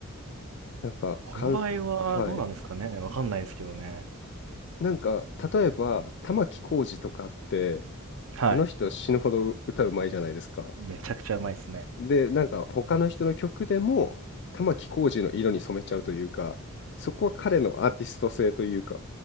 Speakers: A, on the left; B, on the right.
A: なんか、
B: この場合はどうなんですかねわかんないですけどね。
A: かんはい。なんか、例えば、玉置浩二とかって、
B: はい。
A: あの人死ぬほど歌うまいじゃないですか。
B: めちゃくちゃうまいですね。
A: で、なんか他の人の曲でも玉置浩二の色に染めちゃうというか、そこは彼のアーティスト性というか、